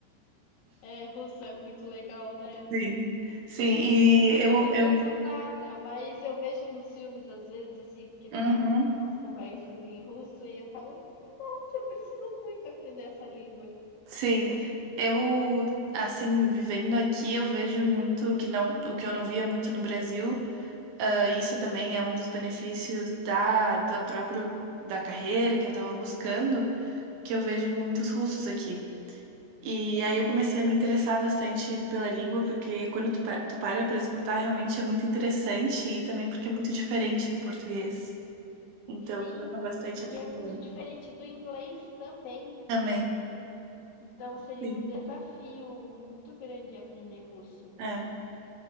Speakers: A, on the left (about 45°); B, on the right (about 65°).
A: É, russo é muito legal, né?
B: Sim, sim. E
A: Eu
B: eu,
A: não entendo
B: eu,
A: nada, mas eu vejo nos filmes às vezes assim, porque tem
B: uhum,
A: umas conversas em russo e eu falo, nossa, eu preciso muito aprender essa língua.
B: sim. Eu, assim, vivendo aqui, eu vejo muito que não, o que eu não via muito no Brasil. Ah, isso também é um dos benefícios da, da próprio da carreira que eu estava buscando, que eu vejo muitos russos aqui. E aí eu comecei a me interessar bastante pela língua, porque quando tu, pa- tu para para escutar, realmente é muito interessante e também porque é muito diferente do português. Então,
A: Sim,
B: chama bastante
A: e
B: atenção.
A: é muito diferente do inglês também.
B: Também.
A: Então seria
B: Sim,
A: um desafio muito grande aprender russo,
B: é.